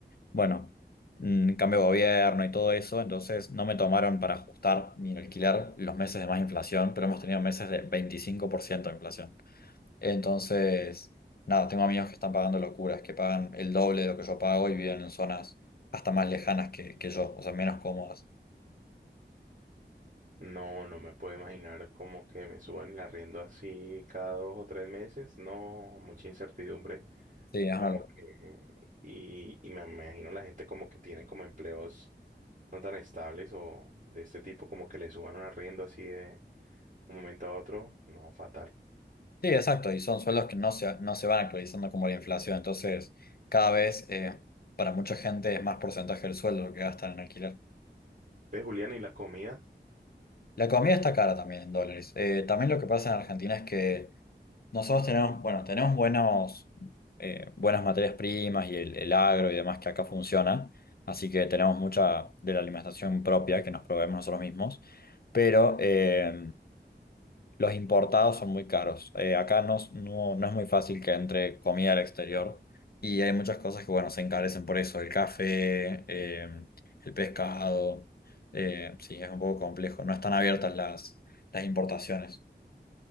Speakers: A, on the left; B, on the right.
A: Bueno, mm, cambio de gobierno y todo eso, entonces no me tomaron para ajustar mi alquiler los meses de más inflación, pero hemos tenido meses de 25% de inflación. Entonces, nada, tengo amigos que están pagando locuras, que pagan el doble de lo que yo pago y viven en zonas hasta más lejanas que, que yo, o sea, menos cómodas.
B: No, no me puedo imaginar como que me suban el arriendo así cada dos o tres meses. No, mucha incertidumbre.
A: Sí, es
B: Como
A: una locura.
B: que, y, y me imagino la gente como que tiene como empleos no tan estables o de este tipo, como que le suban un arriendo así de un momento a otro. No, fatal.
A: Sí, exacto, y son sueldos que no se, no se van actualizando como la inflación, entonces cada vez eh, para mucha gente es más porcentaje del sueldo lo que gastan en alquiler.
B: Ve, Julián, ¿y la comida?
A: La comida está cara también en dólares. Eh, también lo que pasa en Argentina es que nosotros tenemos, bueno, tenemos buenos, eh, buenas materias primas y el, el agro y demás que acá funciona. Así que tenemos mucha de la alimentación propia que nos proveemos nosotros mismos. Pero eh, los importados son muy caros. Eh, acá no, s- no, no es muy fácil que entre comida al exterior y hay muchas cosas que, bueno, se encarecen por eso. El café, eh, el pescado. eh, sí, es un poco complejo. No están abiertas las, las importaciones.